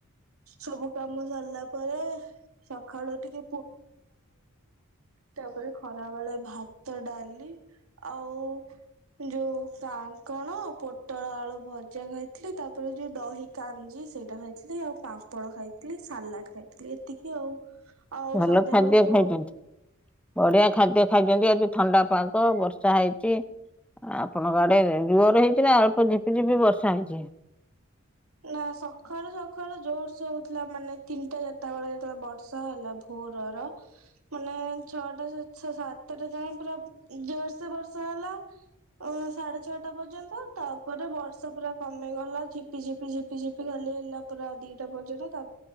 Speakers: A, on the right; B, in the centre.
A: ସବୁ କାମ ସରିଲା ପରେ ସକାଳୁ ଟି ତାପରେ ଖରା ବେଳେ ଭାତ, ଡାଲି ଆଉ ଯୋଉ କାଙ୍କଣ, ପୋଟଳ ଆଳୁ ଭଜା ଖାଇଥିଲି ତାପରେ ଯୋଉ ଦହି କାଞ୍ଜି ସେଇଟା ଖାଇଥିଲି, ଆଉ ପାମ୍ପଡ଼ ଖାଇଥିଲି, ସାଲାଡ ଖାଇଥିଲି ଏତିକି ଆଉ। ଆଉ
B: ଭଲ
A: ସନ୍ଧ୍ୟା
B: ଖାଦ୍ୟ
A: ବେଳେ
B: ଖାଇଛନ୍ତି
A: ତ
B: ବଢିଆ ଖାଦ୍ୟ ଖାଇଛନ୍ତି ଆଜି ଥଣ୍ଡା ପାଗ ବର୍ଷା ହେଇଛି। ଆପଣଙ୍କ ଆଡେ ଜୋରେ ହେଇଛି ନା ଅଳ୍ପ ଝିପିଝିପି ବର୍ଷା ହେଇଛି।
A: ନା ସକାଳୁ ସକାଳୁ ଜୋରସେ ହଉଥିଲା ମାନେ ତିନିଟା ଚାରିଟାବେଳେ ଯେତେବେଳେ ବର୍ଷା ହେଲା ଭୋରର ମାନେ ଛଅଟା ସାତ କେତେଟା ଯାଇ ପୁରା ଜୋରସେ ବର୍ଷ ହେଲା। ଅ ସାଢେ ଛଅଟା ପର୍ଯ୍ୟନ୍ତ ତାପରେ ବର୍ଷା ପୁରା କମି ଗଲା ଝି ଝିପି ଝିପି ଝିପି ଖାଲି ହେଲା ପୁରା ଦିଟା ପର୍ଯ୍ୟନ୍ତ ତା